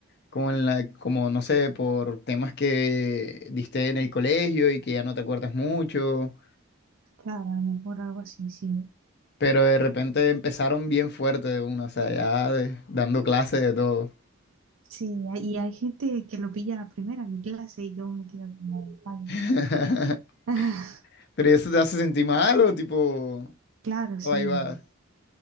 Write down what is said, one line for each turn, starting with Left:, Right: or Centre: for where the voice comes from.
Left: como en la, como no sé, por temas que diste en el colegio y que ya no te acuerdas mucho,
Right: Claro, a lo mejor algo así, sí.
Left: pero de repente empezaron bien fuerte de una, o sea, ya de- dando clases de todo.
Right: Sí, hay- y hay gente que lo pilla a la primera en mi clase y yo me quedo como, vaya.
Left: <laughs>
Right: <laughs>
Left: Pero eso te hace sentir mal o tipo,
Right: Claro,
Left: o
Right: sí.
Left: ahí va.